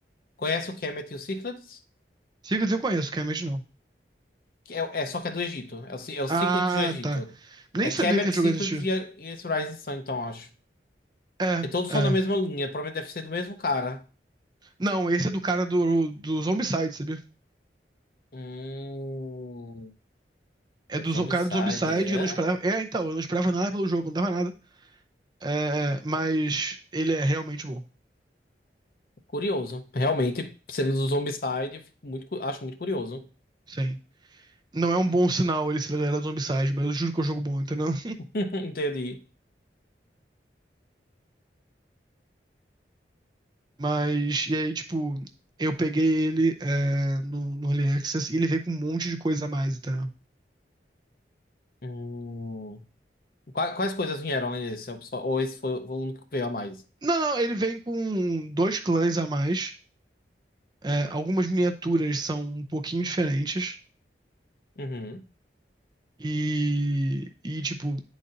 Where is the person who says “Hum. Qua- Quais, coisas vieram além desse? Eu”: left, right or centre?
Left